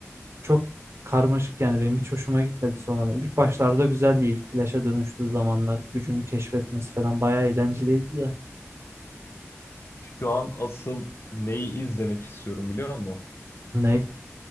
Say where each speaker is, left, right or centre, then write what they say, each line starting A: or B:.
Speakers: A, on the right; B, on the left.
A: Çok karmaşık yani benim hiç hoşuma gitmedi sonradan. İlk başlarda güzeldi. ilk flash'a dönüştüğü zamanlar gücünü keşfetmesi falan bayağı eğlenceliydi de.
B: Şu an asıl neyi izlemek istiyorum biliyor musun?
A: Ney?